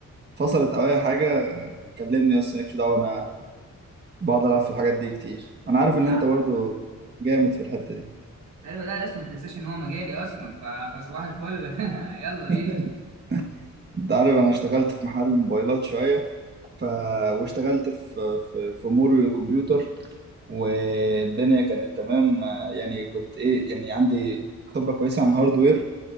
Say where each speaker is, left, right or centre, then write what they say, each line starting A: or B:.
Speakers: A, on the right; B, on the right.
A: فصلت او اي حاجه كلمني بس مالكش دعوه انا بقعد العب في الحاجات دي كتير انا عارف
B: يا
A: ان انت برضو جامد في الحته دي
B: ايوه لا يا اسطى ما تنساش ان هو مجالي اصلا ف... فصباح الفل <laughs> يلا بينا
A: <laughs> انت عارف انا اشتغلت في محل موبايلات شويه ف... واشتغلت في في في امور الكمبيوتر والدنيا كانت تمام آه، يعني كنت ايه يعني عندي خبره كويسه عن الهاردوير